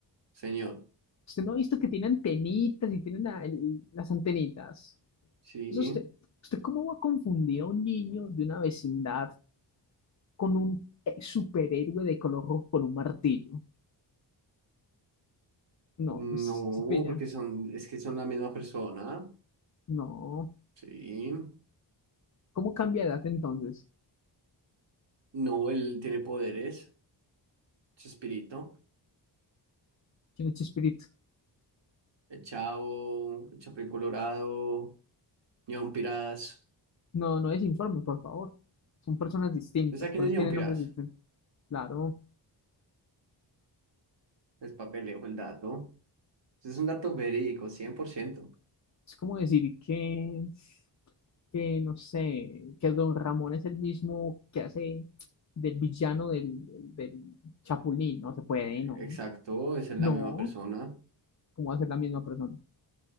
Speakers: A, on the right (about 70°); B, on the left (about 40°).
A: señor.
B: Usted no ha visto que tiene antenitas y tiene la- el- las antenitas.
A: Sí.
B: Eso usted, ¿usted cómo va a confundir a un niño de una vecindad con un eh, superhéroe de color rojo con un martillo? No,
A: No,
B: es- se pilla.
A: porque son, es que son la misma persona.
B: No.
A: Sí.
B: ¿Cómo cambia de edad entonces?
A: No, él tiene poderes. Chespirito,
B: ¿Quién es Chespirito?
A: el Chavo, el Chapulín Colorado, Ñon Pirás.
B: No, no desinforme, por favor. Son personas distintas,
A: ¿Usted sabe quién
B: por
A: es
B: eso
A: Ñon
B: tienen
A: Pirás?
B: nombres distintos. Claro,
A: El papeleo, el dato. Ese es un dato verídico, cien por ciento
B: es como decir que, que no sé, que Don Ramón es el mismo que hace del villano del, del Chapulín. No se puede,
A: Exacto,
B: no.
A: esa es
B: No,
A: la misma persona.
B: ¿cómo va a ser la misma persona?